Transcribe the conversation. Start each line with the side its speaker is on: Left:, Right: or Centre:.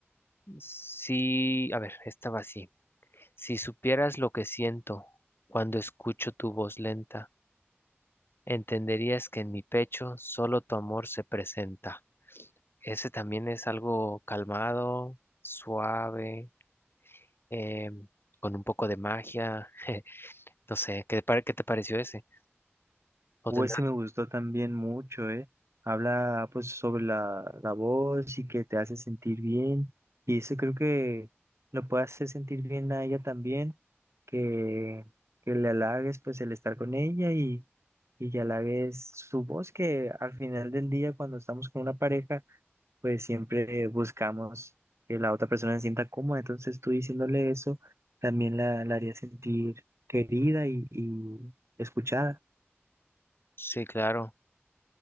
Left: si, a ver, estaba así. Si supieras lo que siento cuando escucho tu voz lenta, entenderías que en mi pecho solo tu amor se presenta. Ese también es algo calmado, suave. eh, con un poco de magia. <laughs> No sé, ¿qué, te pare- qué te pareció ese? ¿O tendrá?
Right: Ese me gustó también mucho, ¿eh? Habla, pues, sobre la, la voz y que te hace sentir bien. Y eso creo que lo puede hacer sentir bien a ella también, que, que le halagues, pues, el estar con ella y, y que halagues su voz, que al final del día, cuando estamos con una pareja, pues siempre buscamos que la otra persona se sienta cómoda. Entonces tú diciéndole eso también la, la haría sentir querida y, y escuchada.
Left: Sí, claro.